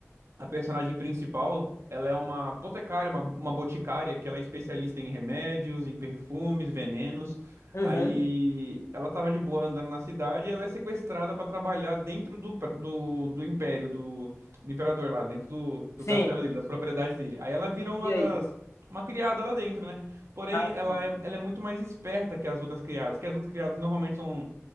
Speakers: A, on the right; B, on the left.
A: A personagem principal, ela é uma apotecária, uma, uma boticária, que ela é especialista em remédios, em perfumes, venenos.
B: Uhum.
A: Aí ela tava de boa andando na cidade e ela é sequestrada para trabalhar dentro do, pra- do, do império, do, do imperador lá, dentro do, do
B: Sim.
A: castelo dele, das propriedades dele. Aí ela vira uma
B: E aí?
A: das, uma criada lá dentro, né? Porém,
B: Ah,
A: ela
B: sim.
A: é, ela é muito mais esperta que as outras criadas, que as outras criadas normalmente são